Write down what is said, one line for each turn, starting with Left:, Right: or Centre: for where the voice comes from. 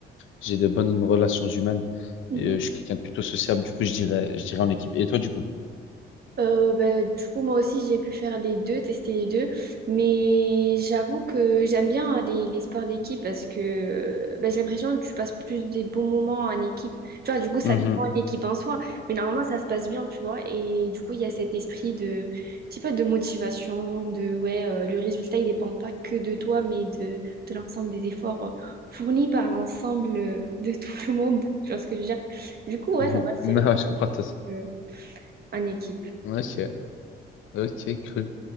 Left: J'ai de bonnes relations humaines.
Right: Mhm.
Left: Et, euh, je suis quelqu'un de plutôt sociable, du coup, je dirais, je dirais en équipe. Et toi, du coup?
Right: Euh, ben, du coup, moi aussi, j'ai pu faire les deux, tester les deux. Mais j'avoue que j'aime bien hein, les, les sports d'équipe parce que ben, j'ai l'impression que tu passes plus des bons moments en équipe. Tu vois, du coup, ça
Left: Mhm,
Right: dépend de l'équipe en soi. Mais normalement, ça se passe bien, tu vois. Et du coup, il y a cet esprit de, je sais pas, de motivation, de, ouais, euh, le résultat, il dépend pas que de toi, mais de, de l'ensemble des efforts euh, fournis par l'ensemble euh, de <laughs> tout le monde. Tu vois ce que je veux dire? Du coup, ouais,
Left: mhm.
Right: ça va
Left: <laughs>
Right: se
Left: Non,
Right: gérer
Left: je comprends tout.
Right: euh, en équipe.
Left: Ok, ok, cool.